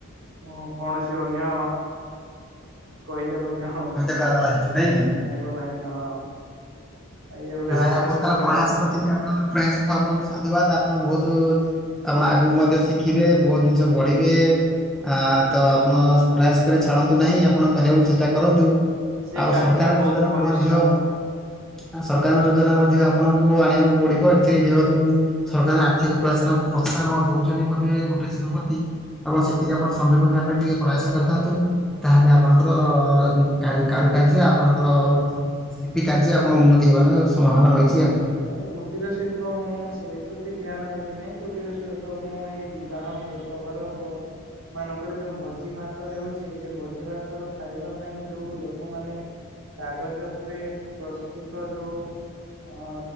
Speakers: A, on the right; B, in the centre.
A: ହ କୌଣସି ଅନ୍ୟ କହିଲେ ମଧ୍ୟ
B: କରା ହେଲା ସେଠୁ ନାହିଁ।
A: ହବ ନାହିଁ ହଁ। ଇଏ ଗୋଟେ
B: ହଉ
A: ହାସ୍ୟାସ୍ପଦ
B: ସାର୍ ଆପଣ ତାହେଲେ ପ୍ରୟାସ
A: କଥା।
B: କରିଛନ୍ତି ଆପଣଙ୍କର ପ୍ରୟାସ ଆପଣଙ୍କର ସାଧୁବାଦ ଆପଣଙ୍କ ବହୁତ ଆପଣ ଆଗକୁ ମଧ୍ୟ ଶିଖିବେ ବହୁତ ଜିନିଷ ବଢିବେ। ଆ ତ ଆପଣ ପ୍ରୟାସ କ ଛାଡନ୍ତୁ ନାହିଁ ଆପଣ କରିବାକୁ ଚେଷ୍ଟା କରନ୍ତୁ।
A: ସେ
B: ଆଉ
A: କାର୍ଯ୍ୟ
B: ସରକାରଙ୍କ
A: ବହୁତ
B: ଯୋଜନା
A: ପରିଶ୍ରମୀ।
B: କୁ ମଧ୍ୟ ଆ ସରକାରଙ୍କ ଯୋଜନା ମଧ୍ୟ ଆପଣଙ୍କୁ ଆଣିବାକୁ ପଡିବ ଏଥିରେ ଯେହତୁ ସରକାର ଆର୍ଥିକ ପ୍ରୟସାନ ପ୍ରୋସାନ ଦଉଛନ୍ତି ମଧ୍ୟ ଏ କୋଟେ ଶପତି ଏବଂ ସେଥିରେ ଆପଣ ସଂଯୋଗ ହେବା ପାଇଁ ଟିକେ ପ୍ରୟାସ କରିଥାନ୍ତୁ। ତାହେଲେ ଆପଣଙ୍କର କାରୁକାର୍ଯ୍ୟ ଆପଣଙ୍କର ଶିଳ୍ପୀ କାର୍ଯ୍ୟ ଆପଣ ଉନ୍ନତି ହେବାର ସମ୍ଭାବନା ରହିଛି ଆଉ।
A: ନାଇଁ କୁଟୀର ଶିଳ୍ପ ମୁଁ ସେଇ ପ୍ରତି ଧ୍ୟାନ ଦେବି ନାହିଁ କୁଟୀର ଶିଳ୍ପ ମୁଁ ଏଇ ବିବାହ ପ ତ ଘର ବ ମାନଙ୍କରେ ଯୋଉ ଭୋଜି ଭାତ ହେଉଛି ସେ ଭୋଜି ଭାତ ଖାଇବା ପାଇଁ ଯୋଉ ଲୋକମାନେ କାଗଜ ଉପରେ ପ୍ରସ୍ତୁତ ଯୋଉ ଅ